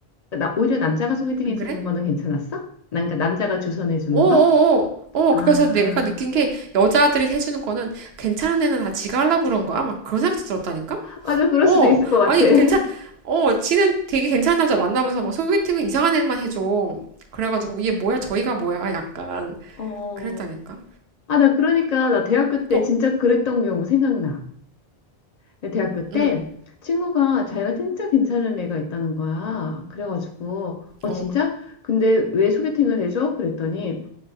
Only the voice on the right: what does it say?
안
그래?
어어어.
어,
그래서 내가 느낀 게 여자들이 해주는 거는 괜찮은 애는 다 지가 하려고 그런 거야? 막 그런 생각도 들었다니까?
어,
아니,
괜찮, 어, 지는 되게 괜찮은 남자 만나면서 막 소개팅은 이상한 애만 해줘. 그래가지고, 얘 뭐야, 저희가 뭐야, 약간.
그랬다니까?
너,
응.
어,